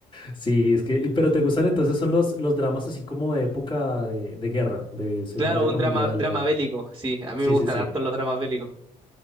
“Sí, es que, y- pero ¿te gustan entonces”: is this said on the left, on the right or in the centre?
Left